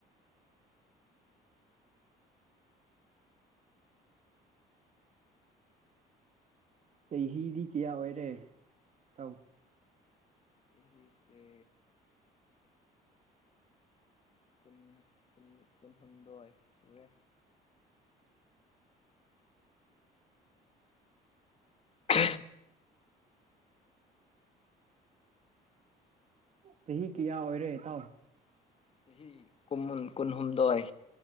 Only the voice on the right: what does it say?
ꯆꯩꯍꯤꯗꯤ ꯀꯌꯥ ꯑꯣꯏꯔꯦ, ꯇꯧ
<inaudible> ꯆꯍꯤ ꯀꯌꯥ ꯑꯣꯏꯔꯦ ꯏꯇꯥꯎ